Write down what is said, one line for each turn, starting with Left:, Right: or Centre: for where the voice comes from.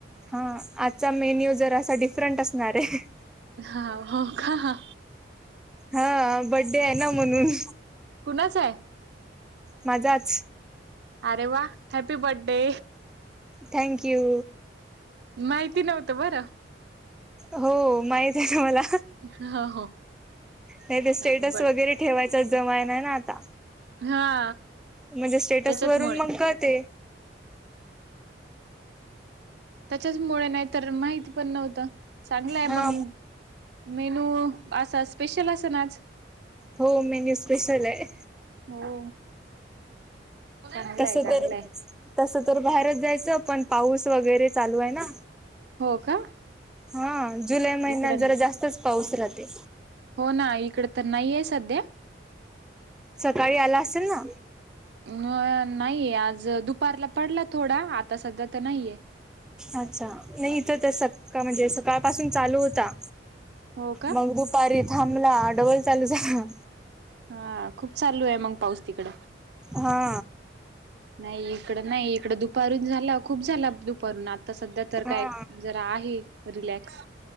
Centre: हा आजचा मेन्यू जर असा डिफरंट असणार आहे
Right: हा हो का
Centre: हा बड्डे आहे ना म्हणून
Right: कुणाचा हाय
Centre: माजाच
Right: अरे वा हॅपी बर्थडे
Centre: थँक यू
Right: माहिती नव्हतं बरं
Centre: हो माहित आहे तुम्हाला
Right: हा हो
Centre: नाही ते स्टेटस
Right: हॅपी बर्थडे
Centre: वगैरे ठेवायचाच जमायन ना आता
Right: हा
Centre: म्हणजे स्टेटस
Right: त्याच्याचमुळे
Centre: वरून मग का ते
Right: त्याच्याच मुळ नाही तर माहिती पण नव्हतं चांगलं आहे
Centre: हा
Right: मग मेनू असा स्पेशल अस ना आज
Centre: हो मेन्यू स्पेशल आहे
Right: हो चांगला
Centre: तस
Right: आहे चांगला
Centre: तर
Right: आहे
Centre: तस तर बाहेरच जायचं पण पाऊस वगैरे चालू आहे ना
Right: हो का
Centre: हा जुलै महिन्यात
Right: इकड
Centre: जरा जास्तच पाऊस राहते
Right: हो ना इकड तर नाहीये सध्या.
Centre: सकाळी आला असेल ना.
Right: अह नाही आज दुपारला पडला थोडा आता सध्या तर नाहीये
Centre: अच्छा नाही इथं तर सका म्हणजे सकाळ पाासून चालू होता.
Right: हो का
Centre: मग दुपारी थांबला डबल चालू झाला.
Right: हा खूप चालू आहे मग पाऊस तिकड
Centre: हा
Right: नाही इकड नाही इकडं दुपारून झाला. खूप झाला दुपारून आता सध्या तर
Centre: हा
Right: काय जरा आहे रिलॅक्स